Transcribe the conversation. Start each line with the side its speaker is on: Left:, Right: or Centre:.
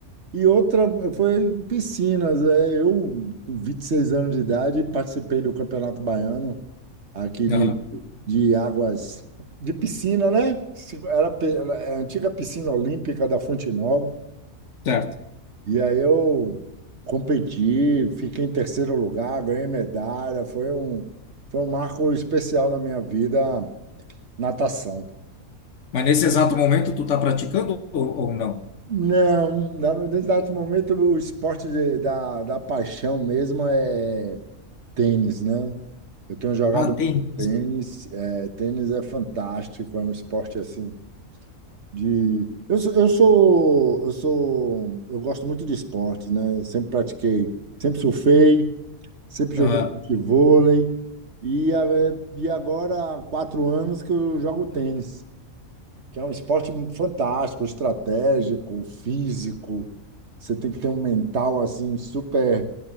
Right: E outra foi em piscinas. é, eu, com 26 anos de idade, participei do Campeonato Baiano, aqui de,
Left: Aham.
Right: de águas, de piscina, né? Se- Era pe- era a antiga piscina olímpica da Fonte Nova.
Left: Certo.
Right: E aí eu competi, fiquei em terceiro lugar, ganhei medalha. Foi um, foi um marco especial na minha vida, natação.
Left: Mas nesse exato momento tu tá praticando ou, ou não?
Right: Não, na- no exato momento o esporte de- da, da paixão mesmo é tênis, né? Eu tenho jogado
Left: Ah, tênis.
Right: muito tênis, é, tênis é fantástico, é um esporte assim de. Eu sou, eu sou, eu sou, eu gosto muito de esporte, né? Eu sempre pratiquei, sempre surfei, Sempre joguei
Left: Aham.
Right: futevôlei e, a- e agora há quatro anos que eu jogo tênis, que é um esporte fantástico, estratégico, físico. Você tem que ter um mental assim super